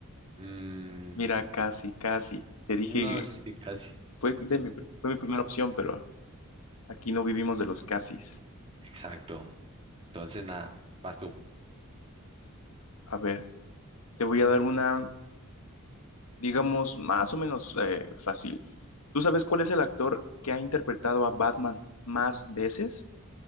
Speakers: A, on the right (about 25°); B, on the left (about 80°).
A: Mm,
B: Mira, casi, casi. Te dije,
A: No, sí, casi,
B: fue,
A: casi.
B: de mi, fue mi primera opción, pero aquí no vivimos de los casis.
A: Exacto. Entonces, nada, vas tú.
B: A ver, te voy a dar una, digamos, más o menos eh, fácil. ¿Tú sabes cuál es el actor que ha interpretado a Batman más veces?